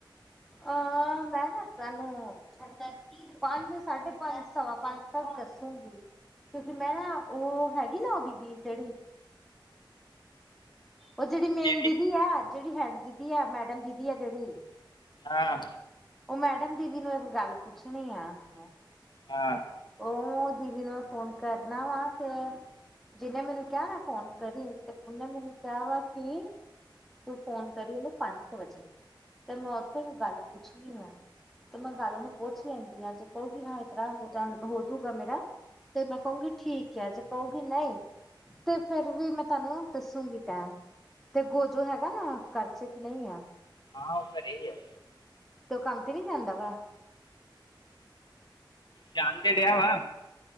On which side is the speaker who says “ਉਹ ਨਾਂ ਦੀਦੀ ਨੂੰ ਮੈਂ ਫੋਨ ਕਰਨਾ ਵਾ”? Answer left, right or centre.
Centre